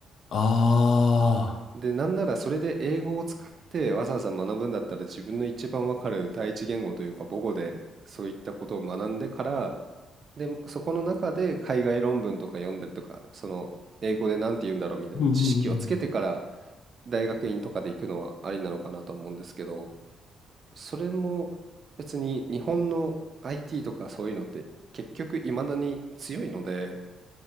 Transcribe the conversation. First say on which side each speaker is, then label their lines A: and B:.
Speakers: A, on the left; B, on the right.
A: あ
B: で、なんならそれで英語を使ってわざわざ学ぶんだったら自分の一番わかる第一言語というか母語でそういったことを学んでから、で、そこの中で海外論文とか読んだりとか、その英語で何て言うんだろうみたいな知識をつけてから
A: あ、うんうんうん。
B: 大学院とかで行くのはありなのかなと思うんですけど、それも別に日本の IT とかそういうのって結局未だに強いので、